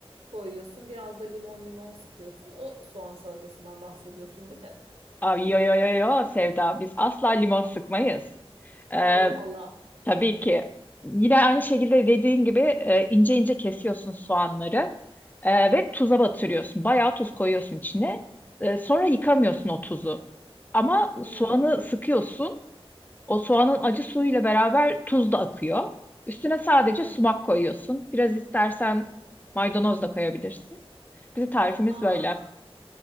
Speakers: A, on the right; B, on the left.
A: koyuyorsun. Biraz da limon limon sıkıyorsun. O soğan salatasından bahsediyorsun değil mi?
B: Abi yo yo yo yo Sevda biz asla limon sıkmayız. Ee,
A: Allah Allah.
B: tabii ki yine aynı şekilde dediğin gibi e, ince ince kesiyorsun soğanları e, ve tuza batırıyorsun. Bayağı tuz koyuyorsun içine. E, sonra yıkamıyorsun o tuzu. Ama
A: Hmm.
B: soğanı sıkıyorsun. O soğanın acı suyuyla beraber tuz da akıyor. Üstüne sadece
A: Hı hı.
B: sumak koyuyorsun. Biraz istersen maydanoz da koyabilirsin. Bizim tarifimiz
A: Aa.
B: böyle.